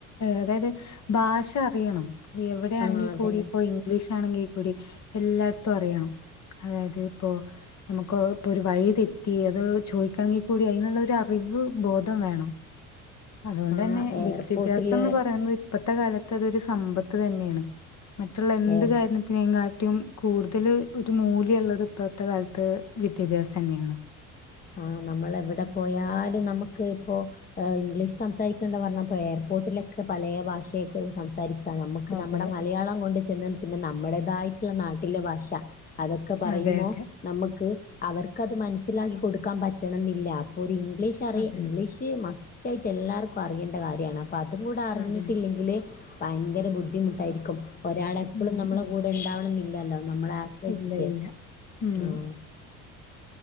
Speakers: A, on the left; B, on the left.
A: അതായത് ഭാഷ അറിയണം എവിടെയാണെങ്കി
B: ആഹ് അതന്നെ
A: കൂടിപ്പോ ഇംഗ്ലീഷ് ആണെങ്കിൽ കൂടി എല്ലാട്ത്തും അറിയണം. അതായത് ഇപ്പോ ഞമ്മക്ക് ഇപ്പൊരു വഴി തെറ്റി അത് ചോദിക്കണെങ്കിൽ കൂടി അതിനുള്ളൊരു അറി വ്വ് ബോധം വേണം അതുകൊണ്ടെന്നെ
B: ആ
A: വിദ്യാഭ്യാസംന്ന്
B: എയർപോർട്ടില്
A: പറയുന്നത് ഇപ്പോത്തെ കാലത്ത് അതൊരു സമ്പത്ത് തന്നെയാണ് മറ്റുള്ള എന്ത്
B: എയർ
A: കാര്യണത്തിനേകാ ട്ടും കൂടുതല് ഒരു മൂല്യള്ളത് ഇപ്പോഴത്തെ കാലത്ത് വിദ്യാഭ്യാസെന്നെയാണ്.
B: ആ നമ്മളെവിടെ പോയാലു നമ്മക്ക് ഇപ്പോ ഇംഗ്ലീഷ് സംസാരിക്കണ്ട പറഞ്ഞപ്പേർ ബോട്ടിലൊക്കെ പലേ ഭാഷയെക്കാരു സംസാരിക്ക നമ്മക്ക്
A: അതെ
B: നമ്മടെ മലയാളം കൊണ്ട് ചെന്ന് പിന്നെ നമ്മുടേതായിട്ടുള്ള നാട്ടിലെ ഭാഷ അതൊക്കെ പറയുമ്പോ
A: അതെ അതെ
B: നമ്മക്ക് അവർക്കത് മനസ്സിലാക്കി കൊടുക്കാൻ പറ്റണെന്നില്ല. അപ്പൊ ര് ഇംഗ്ലീഷറി
A: അതെ
B: ഇംഗ്ലീഷ്
A: അതെ
B: മസ് റ്റായിട്ടു എല്ലാർക്കു അറിയേണ്ട കാര്യാണ്. അപ്പൊ അതും കൂടെ അറിഞ്ഞിട്ടില്ലെങ്കില്
A: അതെ
B: ഭയങ്കര ബുദ്ധിമുട്ടായിരിക്കും. ഒരാളെപ്പോഴും
A: ഉം
B: നമ്മളെ
A: ഉം
B: കൂടെ ഇണ്ടാവണംന്നില്ലല്ലോ. നമ്മളെ ആശ്രയിച്ചിട്ട്
A: ഇല്ല ഇല്ല ഉം
B: ആഹ്